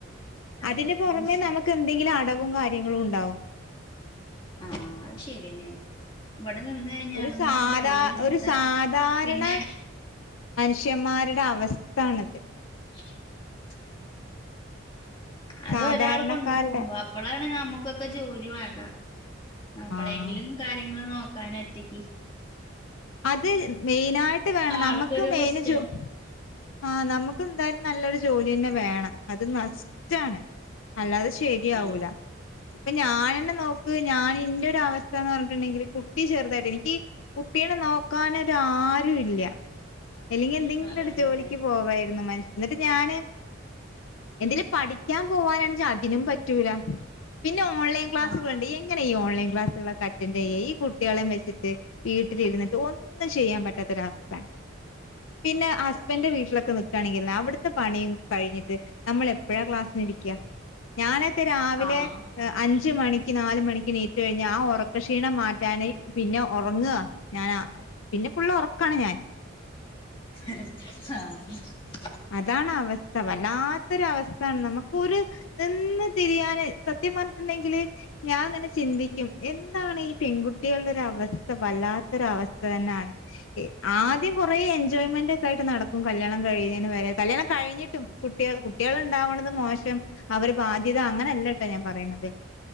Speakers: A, on the left; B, on the left.
A: അതന്നെയാണ്
B: അതിനുപുറമെ നമുക്ക് എന്തെങ്കിലും അടവും കാര്യങ്ങളും ഉണ്ടാവും
A: ആ അത് ശെരിയെന്നെയാണ് ഇവിടെ നിന്നു കഴിഞ്ഞാ
B: ഒരു
A: അതൊന്നും
B: സാധാ
A: കൈന്നെടുത്താ
B: ഒരു സാധാരണ
A: പിന്നെ
B: മനുഷ്യന്മാരുടെ അവസ്ഥ ആണത്
A: <inaudible> അത്
B: സാധാരണക്കാരുടെ
A: ഒരാൾ കൊണ്ടു പോകുമ്പോ അപ്പളാ അ നമുക്കൊക്കെ ജോലി വേണ്ട നമ്മളെയെങ്കിലും
B: ആഹ്
A: കാര്യങ്ങൾ നോക്ക ക്കാറ്റൊയ്ക്ക്
B: അത് മെയിനായിട്ട് വേണം
A: ആൾക്കൊരു
B: നമ്മക്ക് മെയിന്
A: റിസ്റ്റ്
B: ജോ ആ നമുക്കെന്തായാലും നല്ലൊരു ജോലിന്നെ വേണം അത് മസ്റ്റാണ് അല്ലാതെ ശരിയാവൂല
A: ആഹ്
B: ഇപ്പൊ ഞാനെന്നെ നോക്ക് ഞാൻ എന്റെറെ ഒരു അവസ്ഥ എന്നുപറഞ്ഞിട്ടുണ്ടെങ്കിൽ കുട്ടിചെറുതായിട്ട് എനിക്ക് കു കുട്ടീനെ നോക്കാനൊനാരൂല്ലാ അല്ലെങ്കി എന്തെങ്കിലും
A: അതാണല്ലേ
B: ഒരു ജോലിക്കുപോകായിരുന്നു മനുഷ്യ എന്നിട്ട് ഞാന് എന്തേലും പഠിക്കാൻ പോവാനാണെങ്കിൽ അതിനും പറ്റൂല പിന്നെ ഓൺലൈൻ ക്ലാസുകളുണ്ട്
A: ആഹ്
B: എങ്ങനെ ഈ ഓലൈൻ ക്ലാസുകളൊക്കെ അറ്റൻഡ് ചെയ്യാ ഈ കുട്ടികളെ വെച്ചിട്ട് വീട്ട് ട്ടി ഇരുന്നിട്ട് ഒന്നും ചെയ്യാൻ പറ്റാത്തൊരവസ്ഥ പിന്നെ
A: അതാണ്
B: ഹസ്ബൻന്റെ വീട്ടിലൊക്കെ നി ണെങ്കില് അവിടത്തെ പണിയും കഴിഞ്ഞിട്ട് നമ്മള് എപ്പോഴാ ക്ലാസിന് ഇരിക്കാ ഞാനൊക്കെ രാവിലെ
A: ആഹ്
B: അഞ്ച് അഞ്ചു മണിക്ക് നാലുമണിക്ക് നീറ്റ് കഴിഞ്ഞാ ആ ഉറക്കക്ഷീണം മാറ്റാനായ് പിന്നെ ഉറങ്ങുക ഞാനാ പിന്നെ ഫുള്ള് ഉറക്കാണ് ഞാന്
A: <unintelligible>
B: അതാണ് അവസ്ഥ വല്ലാത്തൊരു അവസ്ഥയാണ് നമുക്കൊരു നിന്ന് തിരിയാന് <unintelligible> കൃത്യം പറഞ്ഞിട്ടുണ്ടെങ്കില് ഞാ അങ്ങനെ ചിന്തിക്കും എന്താണ് ഈ പെൺകുട്ടികളുടെരവസ്ഥ വല്ലാ ത്തൊരവസ്ഥ തന്നാണ്, ഇ ആദ്യം കൊറേ എൻജോയ്മെന്റ് ഒക്കെ ആയിട്ട് നടക്കും കല്യാണം കഴിഞ്ഞ് <unintelligible> കല്യാണം കഴിഞ്ഞിട്ടും കുട്ടികള് കുട്ടികൾ ഇണ്ടാവണത് മോശം അവര് ബാധ്യത അങ്ങനെല്ലട്ടോ ഞ പറയണത്.